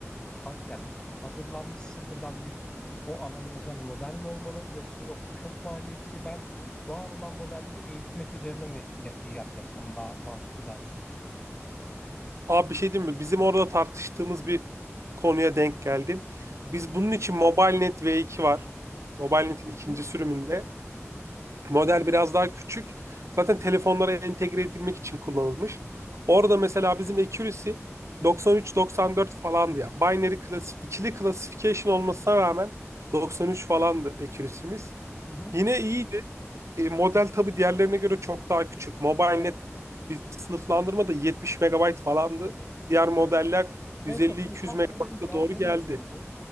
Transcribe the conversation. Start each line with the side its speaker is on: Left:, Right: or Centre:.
Left: ha- yani hazırlanmış sıfırdan bir o alana özel model mi olmalı yoksa yok bu çok maliyetli ben var olan modelleri eğitmek üzerine mi ya- yaklaşsam daha mantıklı dersin?
Right: Abi bir şey diyeyim mi? Bizim orada tartıştığımız bir konuya denk geldin.
Left: Hı hı,
Right: Biz bunun için MobileNet V2 var. MobileNet'in ikinci
Left: hı hı,
Right: sürümünde. Model biraz daha küçük. Zaten telefonlara entegre edilmek için kullanılmış. Orada mesela bizim accuracy 93-94 falandı ya. Binary klasi ikili classification olmasına rağmen 93 falandı accuracy'miz.
Left: hı hı.
Right: Yine iyiydi. E, model tabii diğerlerine göre çok daha küçük. MobileNet
Left: Evet.
Right: bizim sınıflandırmada 70 megabayt falandı. Diğer modeller
Left: Gerçekten
Right: 150-200
Left: bu ufak
Right: megabayta
Left: modelin cevapları
Right: doğru geldi.
Left: nasıl oldu?